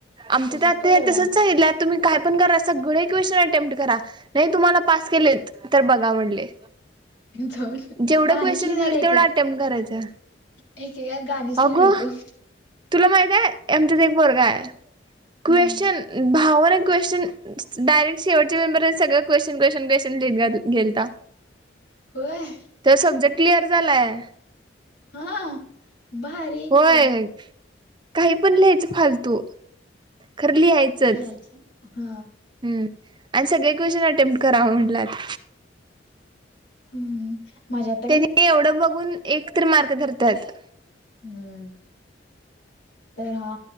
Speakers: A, on the right; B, on the left.
A: आमच
B: तसंच
A: तच
B: करायला
A: सांगितले त <unintelligible> तुम्ही काय पण करा, सगळे क्वेशन अटेम्ट करा. नाही तुम्हाला पास केलेत तर बघा म्हणले
B: जाऊन,
A: जेवढं
B: गाणीच
A: क्वेश्चन
B: लिणार
A: होईल
B: आहे
A: तेवढं
B: की.
A: अटेम्प्ट करायचं
B: एकेकत, गाणीच लिहुन
A: अगो
B: येतो.
A: तुला माहित आहे, आमच्यात एक पोरगा आहे.
B: हम्म
A: क्वेशन
B: <inaudible>
A: क्वेश्चन डायरेक्ट शेवटच्या पेपर वर, सगळं क्वेश्चन क्वेश्चन क्वेश्चन लिहत गेलता.
B: होय.
A: तर सब्जेक्ट क्लिअर झालं.
B: हा, भारी आहे
A: होय
B: की.
A: काही पण लिहायचं, फालतू खर लिहायचंच.
B: इकडे लिहायचं. हा
A: <unintelligible> आणि सगळे क्वेश्चन अटेम्प्ट कराव म्हणल्यात.
B: हम्म, माझ्यात
A: आणि एवढं बघून, एक तर मार्क धरतात.
B: हम्म. तर हा,